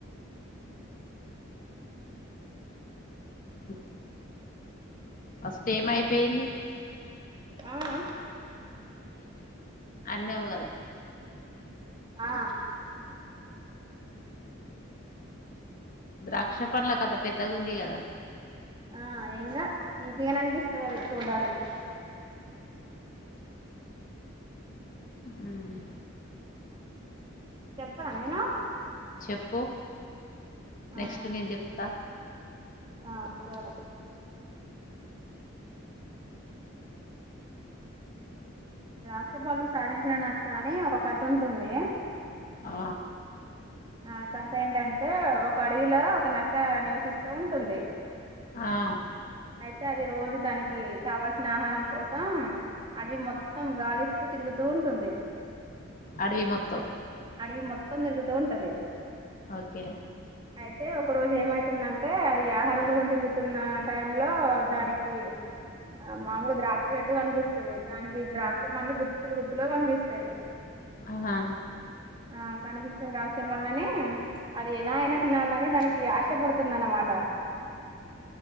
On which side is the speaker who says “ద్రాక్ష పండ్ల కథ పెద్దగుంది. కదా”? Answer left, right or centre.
Left